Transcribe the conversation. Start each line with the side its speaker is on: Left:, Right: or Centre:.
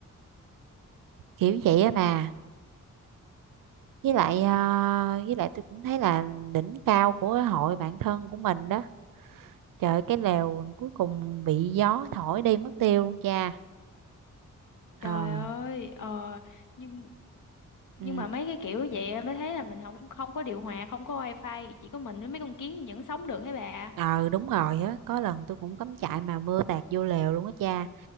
Right: kiểu vậy á bà với lại ờ, với lại tôi cũng thấy là đỉnh cao của cái hội bạn thân của mình đó trời ơi, cái lều cuối cùng bị gió thổi đi mất tiêu luôn cha ờ
Left: Trời ơi, ờ, nhưng
Right: ừ,
Left: nhưng mà mấy cái kiểu vậy á, mới thấy là mình không không có điều hòa, không có wifi, chỉ có mình với mấy con kiến vẫn sống được thế bà.
Right: ờ, đúng rồi á có lần tôi cũng cắm trại mà mưa tạt vô lều luôn á cha